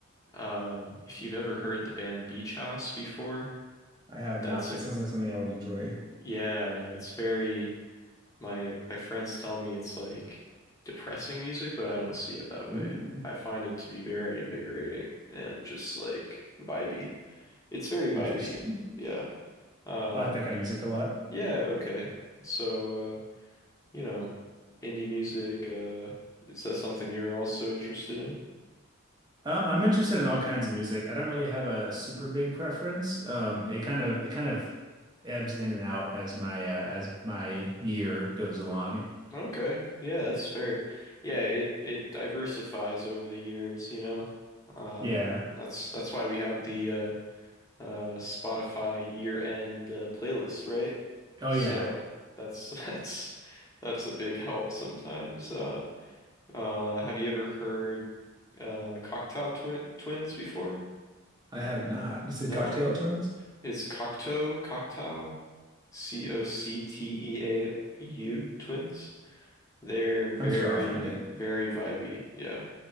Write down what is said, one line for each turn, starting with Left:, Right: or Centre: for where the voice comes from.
Left: um, if you've ever heard the band Beach House before,
Right: I have
Left: that's
Right: not. That
Left: a
Right: sounds like something I would enjoy.
Left: yeah, no, it's very my my friends tell me it's like depressing music, but I don't see it that way.
Right: Ooh,
Left: I find it to be very invigorating and just like vibey. It's very
Right: interesting.
Left: vibey. Yeah. Um,
Right: I like that kind of music a lot.
Left: yeah, okay. So uh, you know, indie music. Uh, is that something you're also interested in?
Right: Um, I'm interested in all kinds of music. I don't really have a super big preference. Um, it kind of it kind of ebbs in and out as my uh, as my year goes along.
Left: Okay, yeah, that's fair. Yeah, it it diversifies over the years, you know. Uh,
Right: Yeah.
Left: and that's that's why we have the uh, uh, Spotify year-end uh, playlist, right?
Right: Oh
Left: So
Right: yeah.
Left: that's <laughs> that's that's a big help sometimes. Uh, uh, have you ever heard uh, Cocktail Twin Twins before?
Right: I have not. You said
Left: No.
Right: Cocktail Twins?
Left: Is Cocteau, Cocteau, C-O-C-T-E-A-U twins? They're very,
Right: I'm sure I'll find it.
Left: very vibey, yeah.